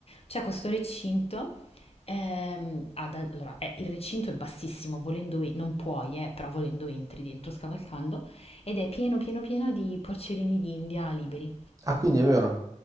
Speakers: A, on the left; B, on the right.
A: c'è questo recinto. ehm, ad- allora, eh, il recinto è bassissimo, volendo e- non puoi, eh, però volendo entri dentro scavalcando, ed è pieno pieno pieno di porcellini d'India liberi.
B: Ah, quindi è vero?